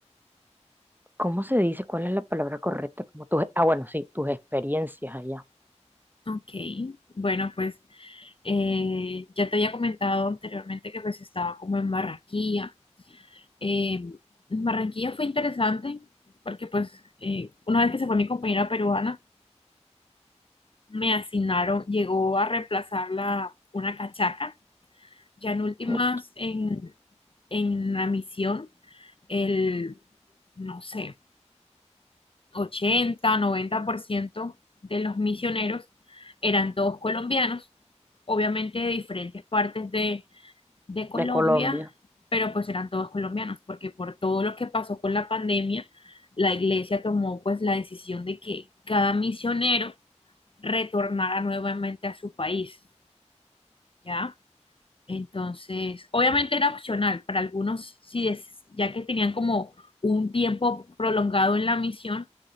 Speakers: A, on the right; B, on the left.
A: ¿cómo se dice? ¿Cuál es la palabra correcta? Como tus, ah, bueno, sí, tus experiencias allá
B: Ok, bueno, pues eh, ya te había comentado anteriormente que pues estaba como en Barranquilla. Eh, Barranquilla fue interesante porque pues eh, una vez que se fue mi compañera peruana, me asignaron, llegó a reemplazarla una cachaca, ya en últimas
A: ¿m?
B: en, en la misión. el, no sé, ochenta noventa por ciento de los misioneros eran todos colombianos, obviamente de diferentes partes de, de Colombia,
A: de Colombia.
B: pero pues eran todos colombianos, porque por todo lo que pasó con la pandemia, la iglesia tomó pues la decisión de que cada misionero retornara nuevamente a su país, ¿ya? Entonces, obviamente era opcional para algunos, si des- ya que tenían como un tiempo prolongado en la misión,